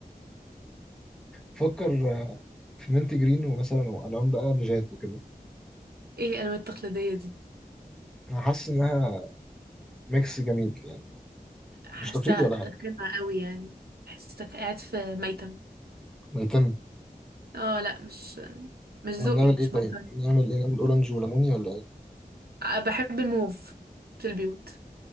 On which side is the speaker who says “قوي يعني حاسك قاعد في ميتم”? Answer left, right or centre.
Right